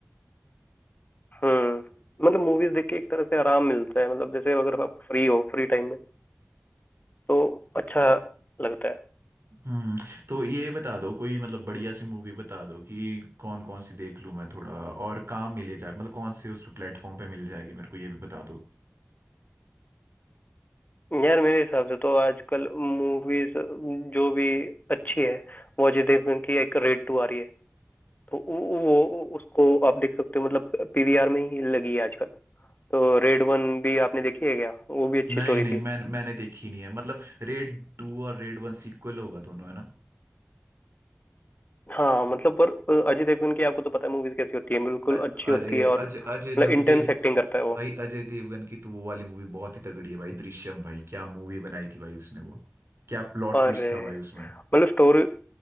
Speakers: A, on the left (about 40°); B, on the right (about 80°).
A: हम्म मतलब मूवीज देख के एक तरह से आराम मिलता है मतलब जैसे अगर आप फ्री हो फ्री टाइम में तो अच्छा लगता है
B: हम्म तो ये बता दो कोई मतलब बढ़िया सी मूवी बता दो कि कौन कौन सी देख लूँ मैं थोड़ा और कहाँ मिले जाए मतलब कौन से उस प्लेटफॉर्म पे मिल जाएगी मेरे को ये भी बता दो
A: यार मेरे हिसाब से तो आजकल मूवीज जो भी अच्छी है वो अजय देवगन की एक रेड टू आ रही है तो वो वो- उसको आप देख सकते हो मतलब पीवीआर में ही लगी है आजकल तो रेड वन भी आपने देखी है क्या वो भी अच्छी
B: नहीं
A: स्टोरी
B: नहीं
A: थी
B: मैं मैंने देखी नहीं है मतलब रेड टू और रेड वन सीक्वल होगा दोनों है ना
A: हाँ मतलब पर अ, अजय देवगन की आपको तो पता है मूवीज कैसी होती है बिल्कुल
B: अर-
A: अच्छी होती
B: अरे
A: है और
B: अजय
A: मतलब
B: अजय देव
A: इंटेंस
B: देव
A: एक्टिंग करता है वो
B: भाई अजय देवगन की तो वो वाली मूवी बहुत ही तगड़ी है भाई दृश्यम भाई क्या मूवी बनाई थी भाई उसने वो क्या प्लॉट
A: और
B: ट्विस्ट
A: अ,
B: था भाई उसमें
A: मतलब स्टोरी